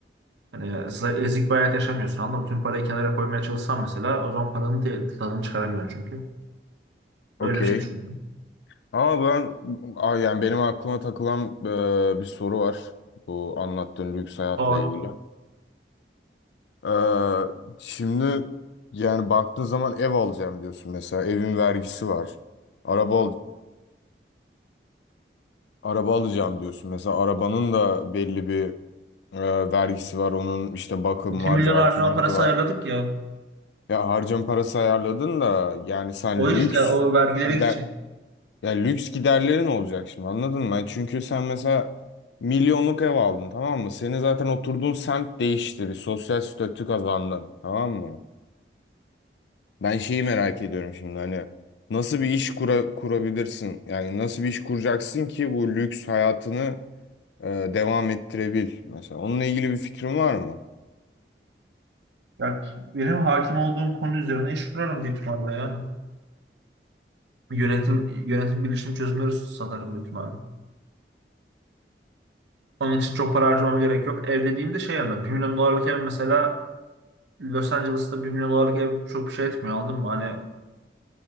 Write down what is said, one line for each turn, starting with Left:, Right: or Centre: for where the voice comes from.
Right: Hani za- ezik bir hayat yaşamıyorsun anladın mı? Tüm parayı kenara koymaya çalışsan mesela o zaman paranın te- tadını çıkaramıyorsun çünkü.
Left: Okey.
Right: Öyle bir şey düşünüyorum.
Left: Ama ben Aa, yani benim aklıma takılan e, bir soru var. Bu anlattığın lüks hayatla
Right: Doğru.
Left: ilgili. Ee, şimdi yani baktığın zaman ev alacağım diyorsun mesela. Evin vergisi var. Araba al araba alacağım diyorsun mesela. Arabanın da belli bir e, vergisi var. Onun işte bakım
Right: 2
Left: var,
Right: milyon
Left: cartı
Right: harcama
Left: curtu
Right: parası
Left: var.
Right: ayarladık ya.
Left: Ya harcama parası ayarladın da yani sen
Right: O işte
Left: lüks
Right: o vergilere
Left: gider
Right: gidecek.
Left: ya lüks giderlerin olacak şimdi anladın mı? Yani Çünkü sen mesela milyonluk ev aldın tamam mı? Senin zaten oturduğun semt değişti bir sosyal statü kazandın tamam mı? Ben şeyi merak ediyorum şimdi hani nasıl bir iş kura, kurabilirsin? Yani nasıl bir iş kuracaksın ki bu lüks hayatını e, devam ettirebil mesela? Onunla ilgili bir fikrin var mı?
Right: Ya benim hakim olduğum konu üzerine iş kurarım büyük ihtimalle yani. Yönetim, yönetim bilişim çözümleri satarım büyük ihtimalle. Onun için çok para harcamama gerek yok. Ev dediğimde şey yani Bir milyon dolarlık ev mesela Los Angeles'ta bir milyon dolarlık ev çok bir şey etmiyor anladın mı? Hani